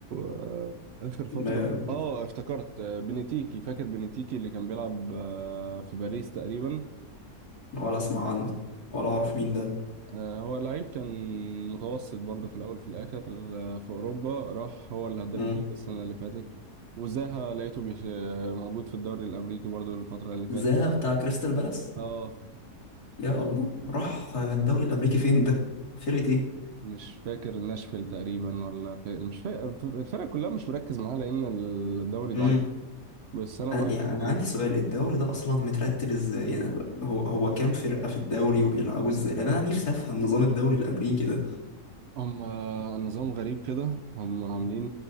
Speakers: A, on the right; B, on the left.
A: آه، آخر فترة
B: ما
A: اه افتكرت آه، بنتيكي فاكر بنتيكي اللي كان بيلعب آه، في باريس تقريبا
B: ولا اسمع عنه ولا اعرف مين ده
A: آه، هو لعيب كان متوسط برضه في الاول في الاخر آه، في اوروبا راح هو اللي هداف
B: مم.
A: الدوري السنه اللي فاتت وزاها لقيته بيش آه، موجود في الدوري الامريكي برضه الفتره اللي
B: زاها
A: فاتت
B: بتاع كريستال بالاس
A: اه
B: يا الله راح الدوري الامريكي فين ده فرقه ايه
A: مش فاكر ناشفيل تقريبا ولا فا... مش فاكر الفرق كلها مش مركز معاها لان الدوري ضعيف
B: مم.
A: بس انا
B: أنا
A: بقول
B: يعني
A: لك
B: أنا
A: إيه،
B: عندي سؤال الدوري ده أصلا مترتب إزاي يعني ب- هو هو كام فرقة في الدوري وبيلعبوا إزاي لأن أنا نفسي أفهم نظام الدوري الأمريكي ده
A: هم نظام غريب كده هم عاملين